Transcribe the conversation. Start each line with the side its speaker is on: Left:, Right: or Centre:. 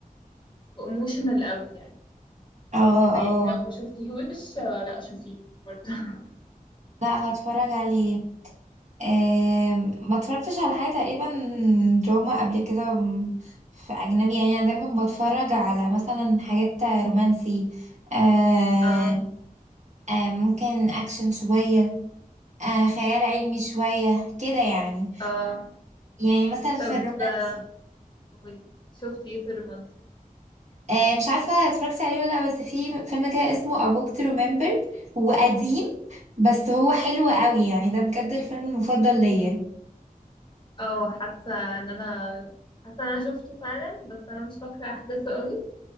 Left: وإيموشنال قوي يعني
Right: اه
Left: فيعني
Right: اه
Left: لو ما شفتيهوش أه لا شوفيه برضو <laughs>
Right: لا هتفرج عليه آم، ما اتفرجتش على حاجة تقريبا دراما قبل كده م- في أجنبي يعني أنا دايما بتفرج على مثلا حاجات رومانسي آه،
Left: اه
Right: آه، ممكن أكشن شوية آه، خيال علمي شوية كده يعني
Left: اه
Right: يعني مثلا
Left: طب
Right: في الرومانسي
Left: آه، قولي شفتي ايه في الرومانسي
Right: آه، مش عارفة اتفرجتي عليه ولا لأ بس في فيلم كده اسمه A Walk to Remember هو قديم بس هو حلو قوي يعني ده بجد الفيلم المفضل ليا
Left: اه حاسه ان انا حاسه ان انا شفته فعلا بس انا مش فاكره احداثه قوي